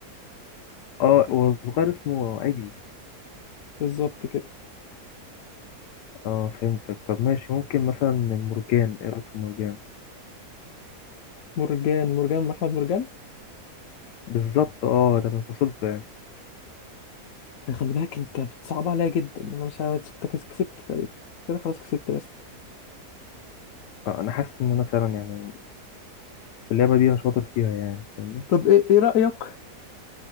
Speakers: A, on the left; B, on the left.
A: اه والصغير اسمه عجل
B: بالظبط كده
A: اه فهمتك طب ماشي ممكن مثلا مرجان ايه رايك في مرجان
B: مرجان مرجان من احمد مرجان
A: بالظبط اه ده من فصيلته يعني
B: ده خلي بالك انت بتصعب عليا جدا انا مش عارف أنت كس- كسبت تقريبا كده خلاص كسبت رسمي
A: اه، انا حاسس ان انا فعلا يعني في اللعبه دي انا شاطر فيها يعني فاهمني
B: طب ايه ايه رأيك